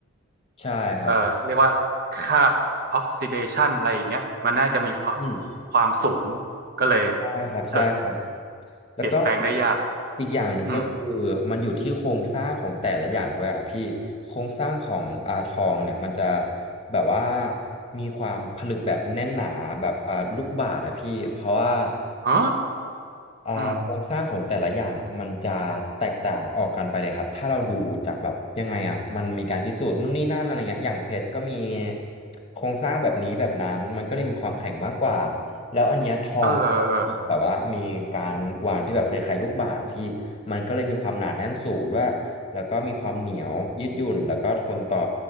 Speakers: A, on the left; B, on the right.
A: ใช่ครับ
B: เออเรียกว่าคราบออกซิเดชันอะไรอย่างเงี้ยมันน่าจะมีความ
A: อืม
B: ความสูงก็เลย
A: ใช่ครับใช่ครับ
B: เกิด
A: แล้วก็อีก
B: เปลี่ยนแปลงได้ยาก
A: อีกอย่างหนึ่งก็คือมันอยู่ที่โครงสร้างของแต่ละอย่างด้วยอัะพี่โครงสร้างของอาทองเนี่ยมันจะ
B: อืม
A: แบบว่ามีความผลึกแบบแน่นหนาแบบอ่าลูกบาศก์อะพี่เพราะว่า
B: อ๋อ
A: อ่าโครงสร้างของแต่ละอย่างอะมันจะแตกต่างออกกันไปเลยครับถ้าเราดูจากแบบยังไงอ่ะมันมีการพิสูจน์นู่นนี่นั่นอะไรเงี้ยอย่างเพชรก็มี
B: อืม
A: โครงสร้างแบบนี้แบบนั้นมันก็เลยมีความแข็งมากกว่าแล้วอันเนี้ยทอง
B: เออเออ
A: มีแบบว่ามีการวางที่แบบคล้ายๆลูกบาศก์พี่มันก็เลยมีความหนาแน่นสูงด้วยแล้วก็มีความเหนียวยืดหยุ่นแล้วก็ทนต่อ